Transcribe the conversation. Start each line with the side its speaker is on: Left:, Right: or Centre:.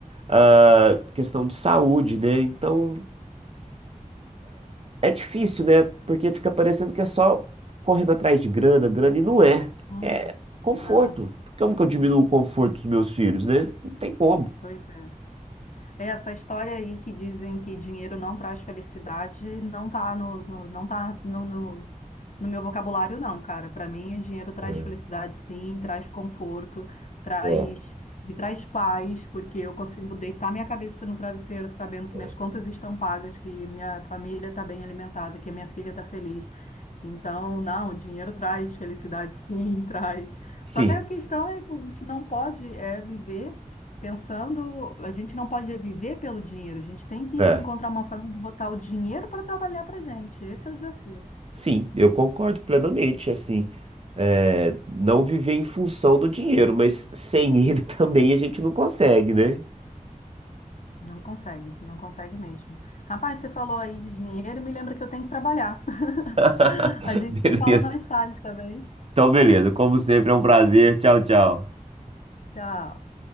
Right: ah, questão de saúde, né? Então, é difícil, né? Porque fica parecendo que é só correndo atrás de grana, grana, e não é.
Left: Uhum.
Right: É conforto.
Left: Não,
Right: Como que eu diminuo o conforto dos meus filhos, né? Não tem como.
Left: pois é. É, Essa história aí que dizem que dinheiro não traz felicidade não tá no, no- não tá no, no, no meu vocabulário, não, cara. Para mim, o dinheiro traz
Right: É,
Left: felicidade, sim, traz conforto, traz,
Right: é.
Left: me traz paz, porque eu consigo deitar minha cabeça no travesseiro sabendo que
Right: é.
Left: minhas contas estão pagas, que minha família está bem alimentada, que minha filha está feliz. Então, não, o dinheiro traz felicidade, sim, <laughs> traz.
Right: Sim,
Left: Só que a questão é que a gente não pode é, viver. Pensando, a gente não pode viver pelo dinheiro, a gente tem que encontrar
Right: é.
Left: uma forma de botar o dinheiro para trabalhar para a gente. Esse é o desafio.
Right: Sim, eu concordo plenamente, assim, é, não viver em função do dinheiro, mas sem ele <laughs> também a gente não consegue, né?
Left: Não consegue, não consegue mesmo. Rapaz, você falou aí de dinheiro, me lembra que eu tenho que trabalhar. <laughs>
Right: <laughs>
Left: A gente
Right: Beleza.
Left: se fala mais tarde também.
Right: Então, beleza. Como sempre, é um prazer. Tchau, tchau.
Left: Tchau.